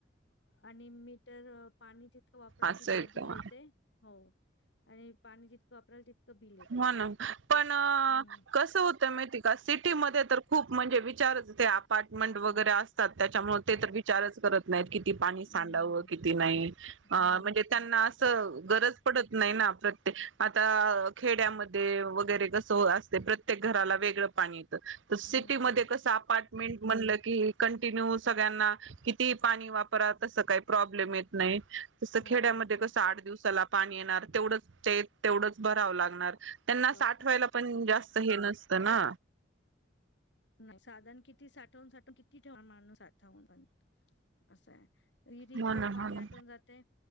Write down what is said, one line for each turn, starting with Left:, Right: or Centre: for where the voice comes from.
Left: आणि मी तर पाणी वापराल
Right: असं
Left: तितकं
Right: आहे
Left: बिल
Right: का
Left: येते हो आणि पाणी जितकं वापराल बिल येते
Right: हो
Left: असं
Right: ना
Left: आहे.
Right: पण
Left: हम्म
Right: कसं होत माहिती का सिटीमध्ये तर खूप म्हणजे विचारच ते अपार्टमेंट
Left: हम्म
Right: वगैरे असतात. त्याच्यामुळे ते तर
Left: हम्म.
Right: विचारच करत नाहीत, किती पाणी
Left: हम्म
Right: साडाव किती नाही. अ
Left: हम्म
Right: म्हणजे त्यांना असं गरज पडत नाही ना प्रत्येक आता खेड्यामध्ये वगैरे कसं असते. प्रत्येक घराला वेगळं पाणी. तर सिटीमध्ये
Left: हम्म
Right: कस अपार्टमेंट म्हणलं, की कंटिन्यू सगळ्यांना. किती पाणी वापरा, तसं काही प्रॉब्लेम येत नाही. तसं
Left: हो.
Right: खेड्यामध्ये कसं आठ दिवसाला पाणी येणार तेवढंच तेवढंच भराव. त्यांना साठवायला
Left: हो
Right: पण जास्त हे नसत ना.
Left: नाही साधारण किती साठवून, साठवून किती ठेव माणूस साठवून पण असाय. विहिरीतल
Right: हो ना
Left: पाणी
Right: हो
Left: आटून
Right: ना
Left: जाते.